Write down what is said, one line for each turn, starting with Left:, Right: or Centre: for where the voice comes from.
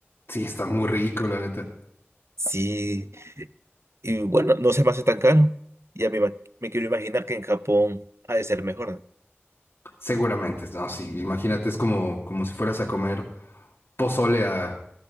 Left: sí, está muy rico, la neta.
Right: Sí, y bueno, no se me hace tan caro. Ya me, ima- me quiero imaginar que en Japón ha de ser mejor, ¿no?
Left: Seguramente, no, sí, imagínate, es como, como si fueras a comer. pozole a,